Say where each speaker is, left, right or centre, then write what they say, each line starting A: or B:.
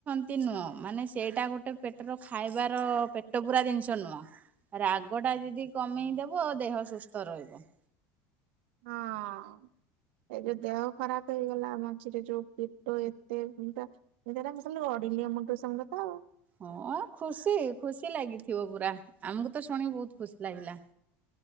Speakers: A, on the right (about 25°); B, on the right (about 80°).
A: ଏତି ନୁହଁ ମାନେ ସେଇଟା ଗୋଟେ ପେଟର ଖାଇବାର ପେଟ ପୂରା ଜିନିଷ ନୁହଁ। ରାଗ ଟା ଯଦି କମେଇଦବ ଦେହ ସୁସ୍ଥ ରହିବ।
B: ହଁ-ଅ-ଅ। ଏ ଯୋଉ ଦେହ ଖରାପ ହେଇଗଲା ମଝିରେ ଯୋଉ ପେଟ ଏତେ ବିନ୍ଧା। ଏ ଏରା ମୁଁ ଖାଲି ଗଡିଲି ଏ ମୁଣ୍ଡୁ ସେ ମୁଣ୍ଡୁ ତ।
A: ହଁ-ଅ-ଅ ଖୁସି ଖୁସି ଲାଗିଥିବ ପୁରା ଆମକୁ ତ ଶୁଣିିକି ବହୁତ ଖୁସି ଲାଗିଲା।